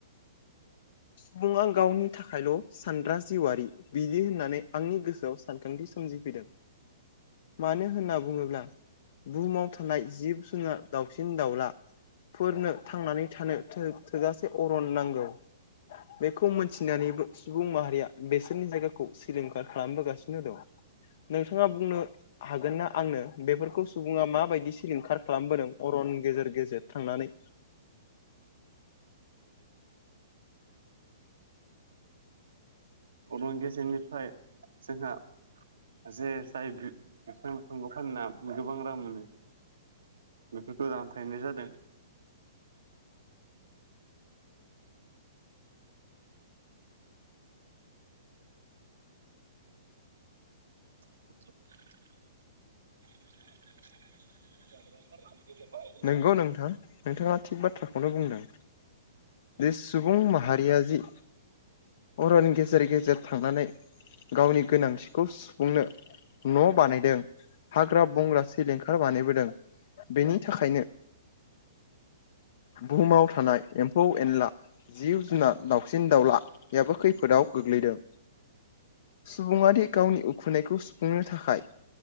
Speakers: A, on the left; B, on the right.
A: सुबुङा गावनि थाखायल' सानग्रा जिउवारि बिदि होननानै आंनि गोसोआव सानखांथि सोमजिफैदों मानो होनना बुङोब्ला बुहुमाव थानाय जिब जुनार दाउसिन दाउला फोरनो थांनानै थानो थोजासे अरन नांगौ बेखौ मोनथिनानैबो सुबुं माहारिया बेसोरनि जायगाखौ सिलिंखार खालामबोगासिनो दं नोंथाङा बुंनो हागोन ना आंनो बेफोरखौ सुबुङा माबायदि सिलिंखार खालामबोदों अरन गेजेर गेजेर थांनानै
B: अरन गेजेरनिफ्राय जोंहा जे जाय बिफां लाइफांखौ फानना गोबां रां मोनो बेफोरखौ दानफायनाय जादों <unintelligible>
A: नंगौ नोंथां नोंथाङा थिग बाथ्राखौनो बुंदों बे सुबुं माहारिया जि अरन गेजेर गेजेर थांनानै गावनि गोनांथिखौ सुफुंनो न' बानायदों हाग्रा बंग्रा सिलिंखार बानायबोदों बेनि थाखायनो बुहुमाव थानाय एम्फौ एनला जिब जुनाद दाउसिन दावलायाबो खैफोदाव गोग्लैदों सुबुङादि गावनि उखैनायखौ सुफुंनो थाखाय